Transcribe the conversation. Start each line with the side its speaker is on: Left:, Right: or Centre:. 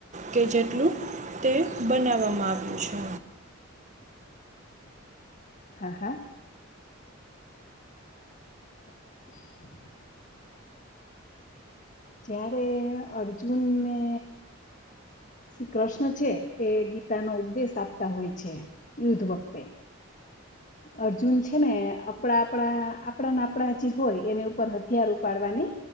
Right: કે જેટલું તે બનાવવામાં આવ્યું છે
Left: હા હા <inaudible> જ્યારે અર્જુનને શ્રી કૃષ્ણ છે એ ગીતા નો ઉપદેશ આપતા હોય છે યુદ્ધ વખતે અર્જુન છે ને આપણા આપણા આપણાને આપડા જે હોય એની ઉપર હથિયાર ઉપાડવાની